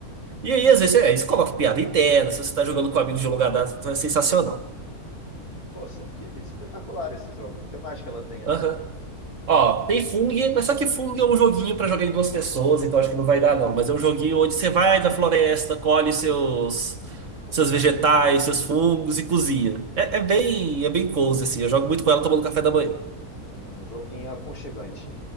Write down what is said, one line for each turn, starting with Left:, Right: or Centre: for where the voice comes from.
Right: E aí, às vezes, é, isso coloca piada interna. Se você tá jogando com amigos de longa data, então é sensacional.
Left: Pô, sempre que... espetacular esse jogo. O que mais que ela tem aí?
Right: Aham. Ó, tem Fung, mas só que Fung é um joguinho pra jogar em duas pessoas, então acho que não vai dar não. Mas é um joguinho onde você vai da floresta, colhe seus
Left: Cogumelo.
Right: seus vegetais, seus fungos e cozinha. É, é bem é bem cozy assim. Eu jogo muito com ela tomando café da manhã.
Left: Uhum, um joguinho aconchegante.